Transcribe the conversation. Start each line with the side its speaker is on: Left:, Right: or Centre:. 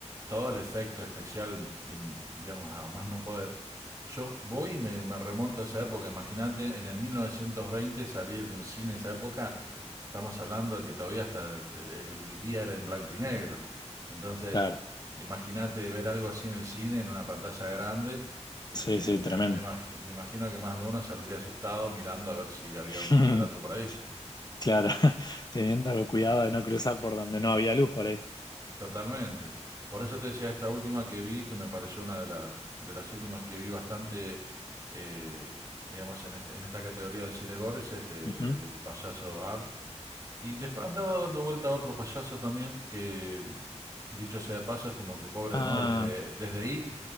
Right: todo el efecto especial, que, digamos, a más no poder, yo voy y me, me remonto a esa época. Imagínate, en el 1920 salir de un cine esa época, estamos hablando que todavía hasta el día era en blanco y negro. Entonces,
Left: Claro,
Right: imagínate ver algo así en el cine, en una pantalla grande. Este,
Left: sí, sí,
Right: me,
Left: tremendo.
Right: me imagi- me imagino que más de uno saldría asustado mirando a ver si había
Left: <laughs>
Right: un Nosferatu por ahí.
Left: Claro, <laughs> teniendo cuidado
Right: Mm,
Left: de no cruzar por donde no había luz por ahí.
Right: Totalmente. Por eso te decía esta última que vi, que me pareció una de las, de las últimas que vi bastante, eh, digamos, en este, en esta categoría del cine gore, es este,
Left: Ujú.
Right: el payaso Ar. Y después andaba dando vuelta a otro payaso también, que dicho sea de paso, es como que pobre,
Left: Ah,
Right: ¿no? Desde, desde It